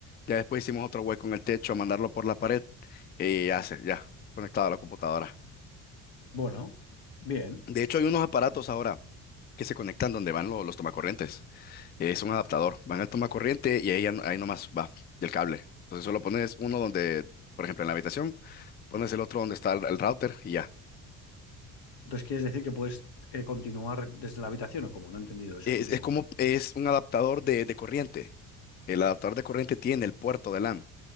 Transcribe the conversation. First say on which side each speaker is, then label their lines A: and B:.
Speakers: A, on the left; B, on the left.
A: Ya después hicimos otro hueco en el techo, mandarlo por la pared y ya, se- ya, conectado a la computadora.
B: bueno, bien.
A: De hecho, hay unos aparatos ahora que se conectan donde van lo- los tomacorrientes. Es un adaptador, va en el toma corriente y ahí, ya no- ahí nomás va del cable. Entonces solo pones uno donde, por ejemplo, en la habitación, pones el otro donde está el, el router y ya.
B: Entonces, ¿quieres decir que puedes eh, continuar desde la habitación o como No he entendido eso
A: Es,
B: último.
A: es como, es un adaptador de, de corriente. El adaptador de corriente tiene el puerto de LAN.